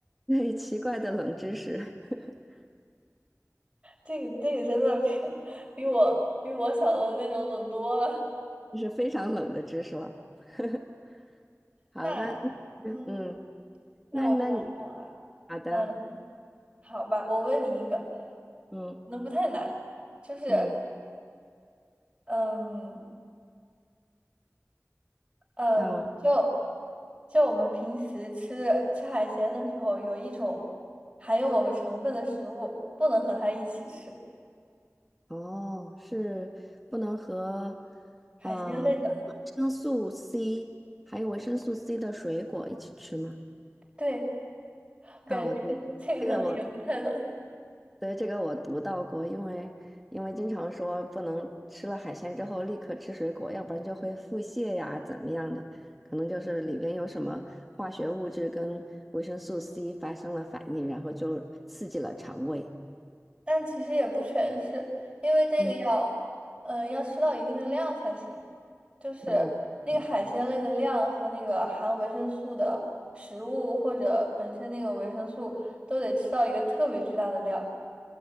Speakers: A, in the centre; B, on the right (about 20°).
A: 对奇怪的冷知识，<laughs>
B: 这个这个真的比 <laughs> 比我比我想的那种冷多了。
A: 这是非常冷的知识了。<laughs> 好，
B: 那嗯，
A: 的，嗯。
B: 那我想想啊，
A: 那那你好的，
B: 嗯，好吧，我问你一个，
A: 嗯
B: 可能不太难，就是。
A: 嗯
B: 嗯嗯，
A: 嗯，
B: 就就我们平时吃吃海鲜的时候，有一种含有某个成分的食物不能和它一起吃，
A: 哦，是不能和
B: 海鲜类的。
A: 呃维生素 C 还有维生素 C 的水果一起吃吗？
B: 对，我感觉这个这个可能也不太能，
A: 哦，对，这个我对这个我读到过，因为因为经常说不能吃了海鲜之后立刻吃水果，要不然就会腹泻呀，怎么样的，可能就是里边有什么化学物质跟维生素 C 发生了反应，然后就刺激了肠胃。
B: 但其实也不全是，因为这个要
A: 嗯。
B: 嗯要吃到一定的量才行，就是那个海鲜类的量和那个含维生素的食物或者本身那个维生素都得吃到一个特别巨大的量。
A: 哦嗯，